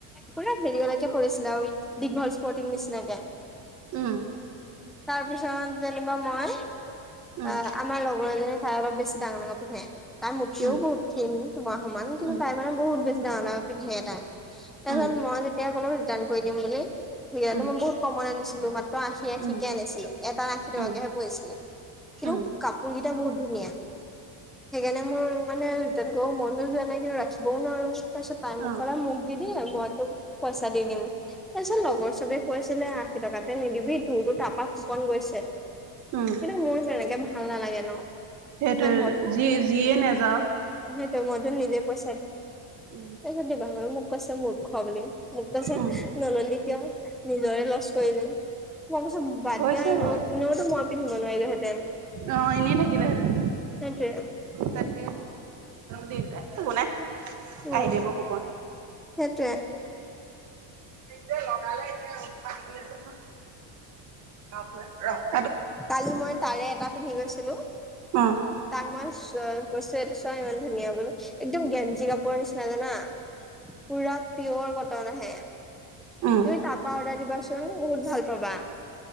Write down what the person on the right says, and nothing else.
উম
উম
উম
উম
উম,
উম,
উম,
উম,
উম,
অ',
উম।
সেইটোৱে
যি যিয়ে নাযাওক
উম।
উম
হৈছে
বাৰু
অ', এনেই থাকিলেহেঁতেন।
তাকে দিলে, একো নাই। আহি
দিব কোপন।
এইটোৱে লগালে এতিয়া উৎপাত কৰি আছে হ কাপটোৱে, ৰহ
উম,
উম,